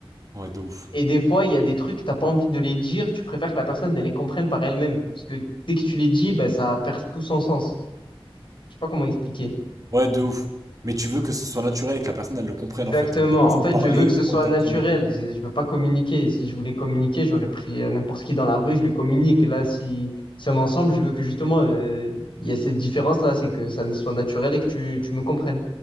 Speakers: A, on the right (about 35°); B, on the left (about 60°).
A: Ouais, de ouf.
B: Et des fois, il y a des trucs, t'as pas envie de les dire, tu préfères que la personne elle les comprenne par elle-même. Parce que dès que tu les dis, ben, ça perd tout son sens. Je sais pas comment expliquer.
A: Ouais, de ouf. Mais tu veux que ce soit naturel et que la personne, elle le comprenne,
B: Exactement.
A: en fait. En mode, T'as pas besoin
B: En fait,
A: de parler,
B: je veux que
A: t'as
B: ce soit
A: pas besoin de t'exprimer.
B: naturel. Je, je veux pas communiquer. Si je voulais communiquer, j'aurais pris euh, n'importe qui dans la rue, je lui communique. Là, si, si on est ensemble, je veux que justement, euh, il y a cette différence-là, c'est que ça ne soit naturel et que tu, tu me comprennes.